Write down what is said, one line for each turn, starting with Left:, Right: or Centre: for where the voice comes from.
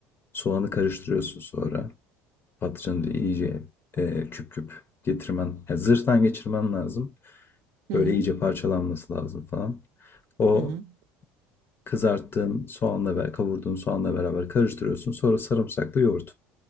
Left: soğanı karıştırıyorsun sonra. Patlıcanı da iyice e, küp küp getirmen, yani zırhtan geçirmen lazım.
Right: Hı
Left: Böyle
Right: hı.
Left: iyice parçalanması lazım falan. O
Right: Hı hı.
Left: kızarttığın soğanla ve kavurduğun soğanla beraber karıştırıyorsun. Sonra sarımsaklı yoğurt.